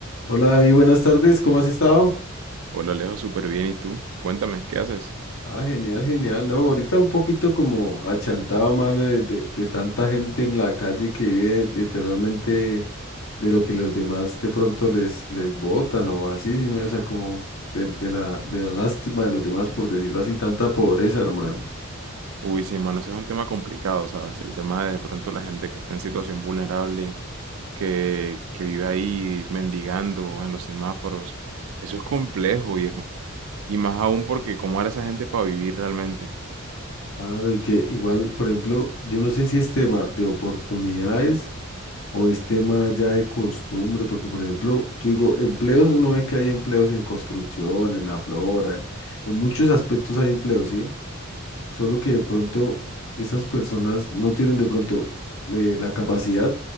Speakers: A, on the left; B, on the right.
A: Hola David, buenas tardes, ¿cómo has estado?
B: Hola Alejo, súper bien. ¿Y tú? Cuéntame, ¿qué haces?
A: Ah, genial, genial, ¿no? Ahorita un poquito como achantado, mano, de, de- de tanta gente en la calle que vive literalmente de lo que los demás de pronto les, les botan o así, sí, me- o sea, como de, de la, de la lástima de los demás, por decirlo así, tanta pobreza, hermano.
B: Uy, sí, hermano, ese es un tema complicado, ¿sabes? El tema de, de pronto la gente que está en situación vulnerable, que, que vive ahí mendigando en los semáforos. Eso es complejo, viejo. Y más aún porque cómo hará esa gente para vivir realmente.
A: Claro, y que igual, por ejemplo, yo no sé si es tema de oportunidades o es tema ya de costumbre, porque por ejemplo, yo digo, empleos, uno ve que hay empleos en construcción, en la flora, en, en muchos aspectos hay empleos, ¿sí? Solo que de pronto esas personas no tienen de pronto eh, la capacidad